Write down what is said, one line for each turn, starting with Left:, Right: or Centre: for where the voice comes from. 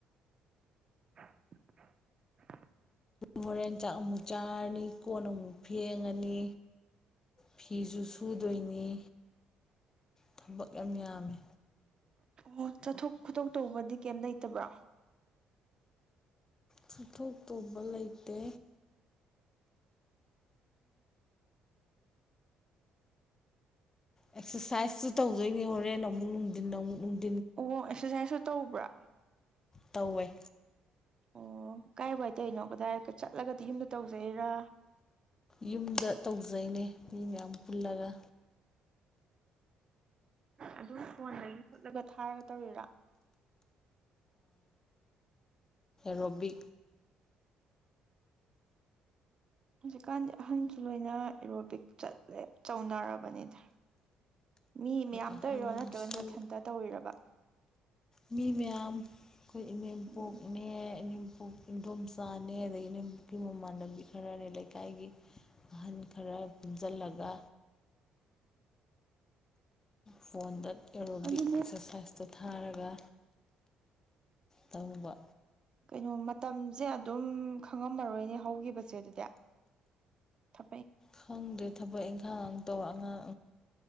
Right: <inaudible>
Left: ꯍꯣꯔꯦꯟ ꯆꯥꯛ ꯑꯃꯨꯛ ꯆꯥꯔꯅꯤ ꯀꯣꯟ ꯑꯃꯨꯛ ꯐꯦꯡꯉꯅꯤ ꯐꯤꯁꯨ ꯁꯨꯗꯣꯏꯅꯤ ꯊꯕꯛ ꯌꯥꯝ ꯌꯥꯝꯃꯤ
Right: ꯑꯣ ꯆꯠꯊꯣꯛ ꯈꯨꯣꯇꯣꯛ ꯇꯧꯕꯗꯤ ꯀꯩꯝ ꯂꯩꯇꯕ꯭ꯔꯥ
Left: ꯆꯠꯊꯣꯛ ꯇꯧꯕ ꯂꯩꯇꯦ ꯑꯦꯛꯁꯔꯁꯥꯏꯁꯁꯨ ꯇꯧꯗꯣꯏꯅꯤ ꯍꯣꯔꯦꯟ ꯅ ꯑꯃꯨꯛ ꯅꯨꯡꯊꯤꯟ ꯅ ꯑꯃꯨꯛ ꯅꯨꯡꯊ
Right: ꯑꯣ ꯑꯦꯛꯁꯔꯁꯥꯏꯁꯁꯨ ꯇꯧꯕ꯭ꯔꯥ
Left: ꯇꯧꯋꯏ
Right: ꯑꯣ ꯀꯥꯏ ꯋꯥꯏ ꯇꯅꯣ ꯀꯗꯥꯏ ꯆꯠꯂꯒꯗꯤ ꯌꯨꯝꯗ ꯇꯧꯖꯩꯔ
Left: ꯌꯨꯝꯗ ꯇꯧꯖꯩꯅꯦ ꯃꯤ ꯃꯌꯥꯝ ꯄꯨꯜꯂꯒ
Right: ꯑꯗꯨꯝ ꯐꯣꯟꯗꯒꯤ ꯈꯣꯠꯂꯒ ꯊꯥꯔꯒ ꯇꯧꯔꯤꯔꯥ
Left: ꯔꯣꯕꯤ
Right: ꯎ ꯍꯧꯖꯤꯛꯀꯥꯟꯗꯤ ꯑꯍꯟꯁꯨ ꯂꯣꯏꯅ ꯑꯦꯔꯣꯕꯤꯛ ꯆꯠꯂꯦ ꯆꯧꯅꯔꯕꯅꯤꯗ ꯃꯤ ꯃꯌꯥꯝ
Left: ꯑꯍꯟꯁꯨ
Right: ꯇꯧꯔꯣ ꯅꯠꯇ꯭ꯔꯒꯅꯊꯟꯇ ꯇꯧꯔꯕ
Left: ꯃꯤ ꯃꯌꯥꯝ ꯑꯩꯈꯣꯏ ꯏꯅꯦꯝꯄꯣꯛꯅꯦ
Right: ꯎꯝ
Left: ꯏꯅꯦꯝꯄꯣꯛ ꯏꯗꯣꯝꯆꯥꯅꯦ ꯑꯗꯗꯒꯤ ꯃꯃꯥꯟꯅꯕꯤ ꯈꯔꯅꯦ ꯂꯩꯀꯥꯏꯒꯤ ꯑꯍꯜ ꯈꯔ ꯄꯨꯟꯁꯤꯜꯂꯒ ꯐꯣꯟꯗ ꯑꯦꯔꯣꯕꯤꯛ
Right: ꯑꯗꯨꯗꯤ
Left: ꯑꯦꯛꯁꯔꯁꯥꯏꯁꯇꯣ ꯊꯥꯔꯒ ꯇꯧꯕ
Right: ꯀꯩꯅꯣ ꯃꯇꯝꯁꯦ ꯑꯗꯨꯝ ꯈꯪꯉꯝꯃꯔꯣꯏꯅꯦ ꯍꯧꯈꯤꯕꯁꯦ ꯑꯗꯨꯗꯤ ꯊ
Left: ꯈꯪꯗꯦ ꯊꯕꯛ ꯏꯪꯈꯥꯡ ꯑꯇꯧꯕ ꯑꯉꯥꯡ